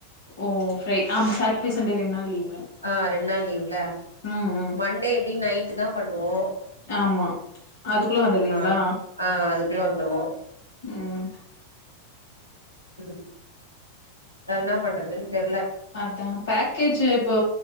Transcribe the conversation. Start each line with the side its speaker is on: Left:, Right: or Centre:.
Left: ஓ ஃப்ரை ஆமா சார்ட்டடே சண்டே ரெண்டு நாள் லீவு
Right: ஆ ரெண்டு நாள் லீவ்ல
Left: ம் ம்
Right: மண்டே எப்டி நைட்டு தா பண்ணுவோ
Left: ஆமா அதுக்குள்ள வந்துருவீங்களா
Right: ஆ ஆ அதுக்குல்ல வந்துருவோ
Left: ம்
Right: <inaudible> நா என்னா பண்றதுன்னு தெர்ல
Left: அதா பேக்கேஜ் இப்போ